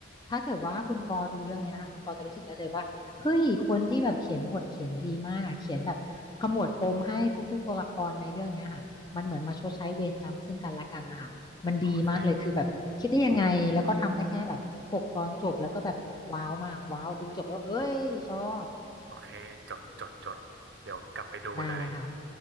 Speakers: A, on the left; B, on the right.
A: ถ้าเกิดว่าคุณปอดูเรื่องเนี้ยค่ะคุณปอจะรู้สึกได้เลยว่าเฮ้ยคนที่แบบเขียนบทเขียนดีมากอ่ะเขียนแบบขมวดปมให้ทุกๆตัวละครในเรื่องเนี้ยค่ะมันเหมือนมาชดใช้เวรกรรมซึ่งกันและกันนะคะมันดีมากเลยคือแบบคิดได้ยังไงแล้วก็ทำได้แค่แบบหกตอนจบแล้วก็แบบว้าวมากว้าวดูจบแล้วเอ้ยชอบ
B: โอเคโอเคจดจดจดเดี๋ยวกลับไปดูเลย
A: ได้เลยค่ะ